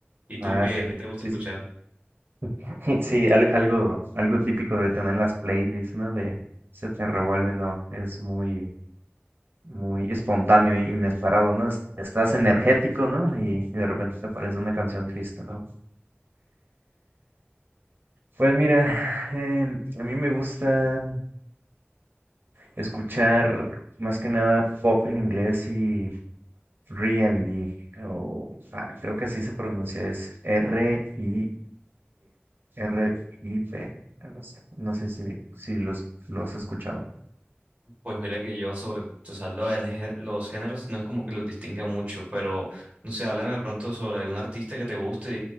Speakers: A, on the right; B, on the right.
A: ¿Y tú
B: Ah,
A: qué,
B: ya.
A: qué te gusta
B: Sí,
A: escuchar?
B: sí. <laughs> Sí, al- algo, algo típico de tener las playlists, ¿no? De se te revuelve, ¿no? Es muy, muy espontáneo e inesperado, ¿no? Es- Estás energético, ¿no? Y, y de repente te aparece una canción triste, ¿no? Pues mira, em, a mí me gusta escuchar más que nada pop en inglés y R and B o ah, creo que así se pronuncia, es R-I-B, R-I-B. No sé, no sé si, si los, lo has escuchado.
A: Pues mira que yo sobre, o sea, lo del gé- los géneros no es como que los distinga mucho, pero no sé, háblame de pronto sobre algún artista que te guste